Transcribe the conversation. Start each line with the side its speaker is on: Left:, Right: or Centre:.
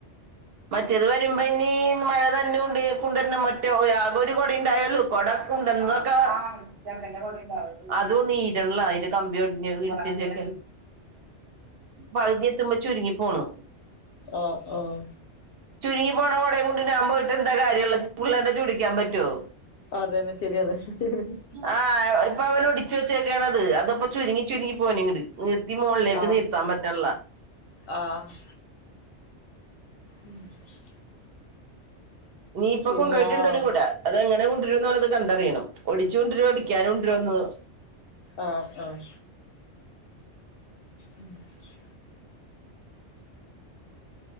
Right: മറ്റേത് വരുമ്പോ ഇനി മഴ നനഞ്ഞ് കൊണ്ടുവരണം മറ്റോ ആകെ ഒരു കുട ഉണ്ടായൊള്ളു കുട- ഉണ്ടൊക്കെ ന്റെണണ്ടാവ <unintelligible> അതും നീര്ൺല്ല അതിന്റെ കമ്പി ഒടിഞ്ഞത് ഇട്ത്തേച്ച്ക്ക. പകുതി എത്തുമ്പ ചുരുങ്ങി പോണു.
Left: ആഹ് ആഹ്
Right: ചുരുങ്ങി പോണ കുടേം കൊണ്ട് ഞാൻ പോയിട്ടെടന്താ കാര്യള്ള് പുള്ളേരെ ചൂടിക്കാൻ പറ്റോ?
Left: അതന്നെ ശരിയാണ് ഹ് ഹ്
Right: ആ ഇപ്പൊ അവരൊടിച്ച് വെച്ചേക്കാണത് അതൊപ്പ ചുരുങ്ങി ചുരുങ്ങി പോണിങ്ങ്ട്. തിമോളിലേക്ക്
Left: ആഹ്
Right: നിർത്താൻ പറ്റൺല്ല.
Left: ആഹ് ഉം <unintelligible>
Right: നീപ്പൊ
Left: പിന്നെ
Right: കൊണ്ടുപോയിട്ടുണ്ടൊരു
Left: ആഹ്
Right: കുട. അതെങ്ങനെ കൊണ്ടുവരു എന്നത് കണ്ടറിയണം ഒടിച്ചു കൊണ്ടിരോ ഒടിക്കാതെ കൊണ്ടരോന്ന്.
Left: ആഹ് ആഹ് ഉം <unintelligible>